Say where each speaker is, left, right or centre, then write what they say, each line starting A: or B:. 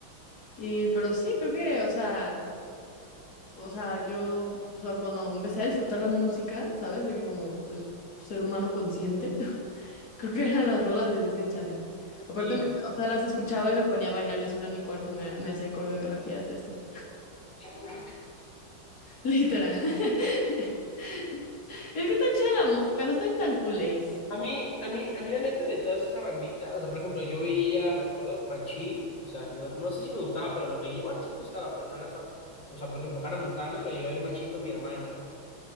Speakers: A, on the left; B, on the left.
A: Y, pero sí, creo que, o sea, o sea, yo, o sea, cuando empecé a disfrutar la música, ¿sabes? De que como, pues, ser humano consciente, <laughs> creo que eran las rolas de Disney Channel. Aparte,
B: Sí,
A: me- o
B: pues, sí.
A: sea, las escuchaba y me ponía a bailar yo sola en mi cuarto, me, me hacía coreografías y así.
B: Jamrock.
A: <laughs> Literal. <laughs> Es que está chida la música, no están tan culés.
B: A mí, a mí, a mí la neta de toda esa bandita, o sea, por ejemplo, yo veía, me acuerdo, Machín, o sea, no, no sé si me gustaba, pero lo veía, bueno, sí me gustaba, pero no era fan. O sea, por ejemplo, Hannah Montana, lo llegué a ver Machín con mi hermana, güey.